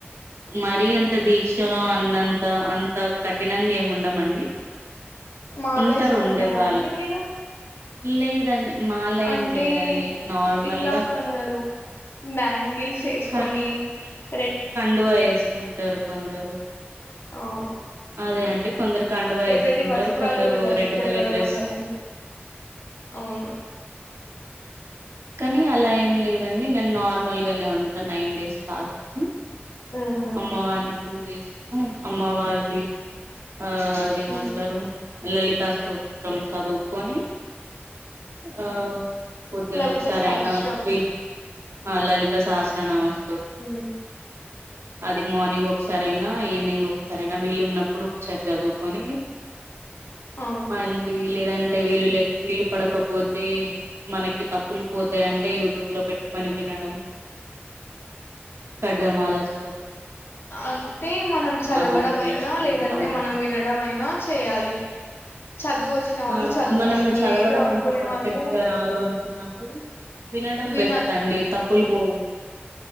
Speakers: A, on the right (about 85°); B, on the left (about 65°).
A: మరిీ అంత దీక్షలో అన్నంత అ అంత కఠినంగా ఏమి ఉండమండి
B: మాల
A: ఉంటారు
B: వేసుకుంటారా
A: ఉండేవాళ్ళు
B: అండి మీరు
A: లేదండి మాల
B: అంటే
A: ఏం లేదండి నార్మల్గా
B: ఇట్లా కొందరు బ్యాంగిల్స్ వేసుకొని
A: కం
B: రె
A: కండువా వేసుకుం కొందరు
B: అవును
A: అదే
B: అవును
A: అండి కొందరు కండువా వేసుకుంటారు
B: ఎర్రటి వస్త్రాలు
A: కొందరు
B: కూడా ధరిస్తారు
A: రెడ్ కలర్
B: కదా
A: డ్రెస్
B: కొంతమంది అవును
A: కానీ అలా ఏం లేదు అ నేను నార్మల్ గానే ఉంటా నైన్ డేస్ ఫాస్టింగ్
B: ఉహు
A: అమ్మవారిని పూజిస్త అమ్మవారిది ఆ అదేమంటారు
B: ఉమ్
A: లలిత స్తోత్రం చదువుకొని ఆ పొద్దున
B: లలిత
A: ఒకసారి
B: సహస్రం
A: అయినా వీ ఆ లలిత సహస్రనామ స్తోత్రం
B: హు
A: అది మార్నింగ్ ఒకసార అయినా ఈవినింగ్ ఒకసారి అయినా వీళ్ళు ఉన్నప్పుడు ఒకసారి చదువుకొని
B: ఆ
A: మళ్ళీ లేదంటే వీలు లే వీలు పడకపోతే మనకి తప్పులు పోతాయంటే యూట్యూబ్ లో పెట్టుకని వినడం కట్గా మాలస్త
B: అంటే మనం చదవడం
A: అవన్నీ చేస్తూ
B: అయినా లేదంటే
A: ఉంటామండి
B: మనం వినడం అయినా చేయాలి చదువు వచ్చిన వాళ్ళు
A: ఆ
B: చదువుతారు
A: మనము చదవడం
B: లేదు అనుకునే
A: అంత పర్ఫెక్ట్
B: వాళ్ళు
A: గా రాదు అనుకున్నప్పుడు వినడం
B: వినచ్చు
A: బెస్ట్ అండి తప్పు కుల్బో